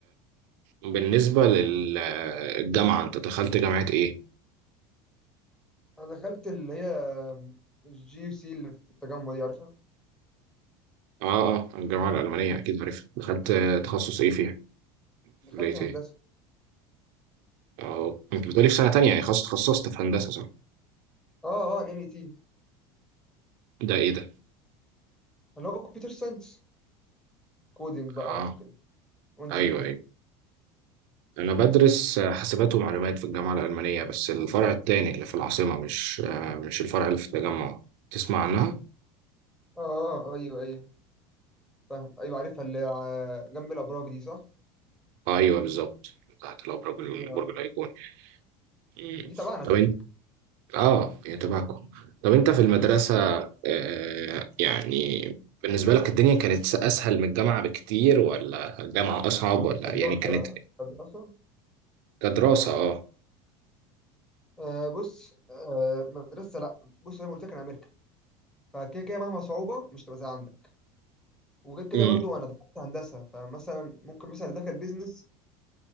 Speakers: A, on the right; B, in the centre.
A: وبالنسبه للجامعه انت دخلت جامعه ايه؟
B: انا دخلت اللي هي الجي يو سي اللي في التجمع دي عارفها
A: اه اه الجامعه الالمانيه اكيد عارفها دخلت تخصص ايه فيها؟
B: دخلت
A: كليه
B: هندسة
A: ايه؟ اه انت بتقولي في سنه تانية يعني خلاص اتخصصت في هندسه صح؟
B: اه اه انا ام اي تي
A: ده ايه ده؟
B: اللي هو كمبيوتر ساينس كودينج بقى
A: اه
B: وكده وانت
A: ايوه
B: في ايه؟
A: أيوه. أنا بدرس حاسبات ومعلومات في الجامعة الألمانية بس الفرع التاني اللي في العاصمة مش مش الفرع اللي في التجمع تسمع عنها؟
B: اه اه آه، ايوه ايوه فاهم ايوه عارفها اللي ع- جنب الابراج دي صح؟
A: آه أيوه بالظبط تحت الأبراج البرج
B: ايوه عارف
A: الأيقوني مم.
B: دي تبعنا
A: طب
B: تقريبا
A: أنت آه هي تبعكم طب أنت في المدرسة آه يعني بالنسبة لك الدنيا كانت أسهل من الجامعة بكتير ولا الجامعة أصعب ولا
B: مدرسة
A: يعني كانت
B: مدرسة
A: كدراسة آه
B: آه بص آه مدرسة لا بص زي ما قلت لك انا امريكا فكده كده مهما صعوبة مش تبقى زي عندك وغير كده
A: مم.
B: برضو انا دخلت هندسة فمثلا ممكن مثلا اللي دخل بيزنس